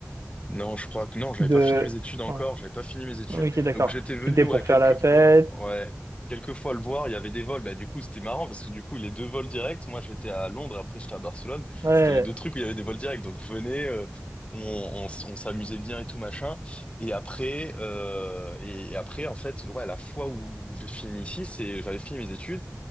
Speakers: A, on the left (about 25°); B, on the right (about 70°).
A: Non, je crois que non, j'avais
B: De
A: pas fini mes études encore,
B: ah,
A: j'avais pas fini mes études.
B: OK, d'accord.
A: Donc j'étais venu
B: C'était
A: ouais,
B: pour
A: quelques
B: faire la fête.
A: fois, ouais, quelques fois le voir, il y avait des vols. Bah du coup, c'était marrant parce que du coup, les deux vols directs, moi j'étais à Londres, après j'étais à Barcelone,
B: Ouais.
A: c'était les deux trucs où il y avait des vols directs. Donc je venais, euh, on, on, s- on s'amusait bien et tout machin. Et après euh, et, et après en fait, ouais, la fois où j'ai fini ici, c'est j'avais fini mes études